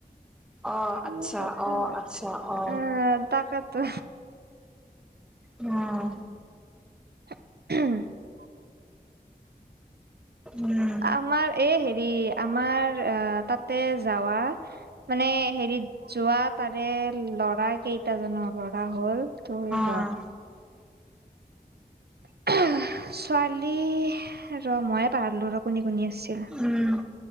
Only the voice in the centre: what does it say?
অ
আচ্ছা
অ আচ্ছা অ
উম,
উম
অ',
উম